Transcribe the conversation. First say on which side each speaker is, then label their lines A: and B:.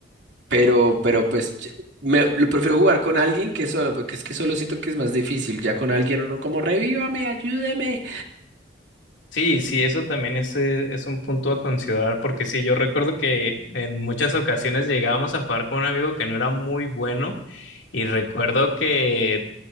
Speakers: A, on the right; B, on the left.
A: Pero, pero pues ch- me, lo prefiero jugar con alguien que solo, porque es que solo siento que es más difícil. Ya con alguien uno como revívame, ayúdeme.
B: Sí, sí, eso también es, eh, es un punto a considerar, porque sí, yo recuerdo que en muchas ocasiones llegábamos a jugar con un amigo que no era muy bueno y recuerdo que